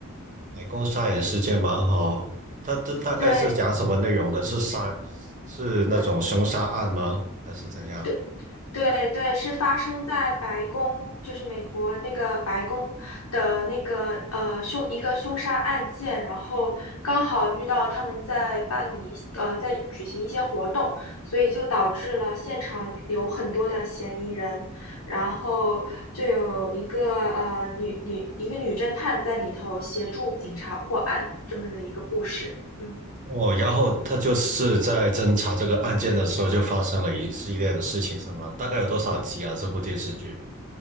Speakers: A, on the right; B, on the left.
A: 白宫杀人事件蛮好，它这大概是讲什么内容的？
B: 对，
A: 是杀，是那种凶杀案吗？
B: 嗯。
A: 还是怎样？
B: 对。对对，是发生在白宫，就是美国那个白宫的那个呃凶一个凶杀案件，然后刚好遇到他们在办理呃在举行一些活动，所以就导致了现场有很多的嫌疑人，然后就有一个呃女女一个女侦探在里头协助警察破案这么的一个故事。嗯。
A: 哦，然后他就是在侦查这个案件的时候，就发生了一系列的事情，是吗？大概有多少集啊？这部电视剧？